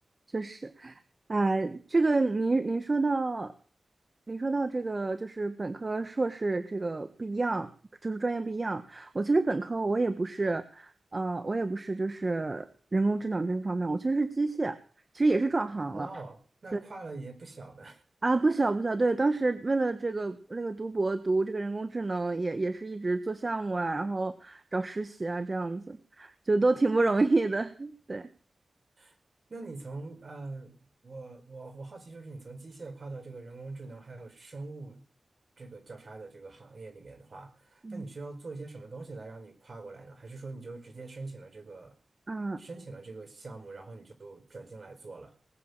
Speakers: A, on the right (about 30°); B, on the right (about 45°).
A: 确实，哎，这个您您说到，您说到这个就是本科、硕士这个不一样，就是专业不一样。我其实本科我也不是，呃，我也不是就是人工智能这方面，我其实是机械，其实也是转行了。
B: 哦，那跨了也不小呢。
A: 对啊，不小不小，对，当时为了这个那个读博读这个人工智能也，也是一直做项目啊，然后找实习啊，这样子，就都挺不容易的。<laughs> 对，
B: <laughs> 那你从嗯、呃我我我好奇，就是你从机械跨到这个人工智能还有生物这个交叉的这个行业里面的话，
A: 嗯
B: 那你需要做一些什么东西来让你跨过来呢？还是说你就直接申请了这个
A: 嗯。
B: 申请了这个项目，然后你就转进来做了，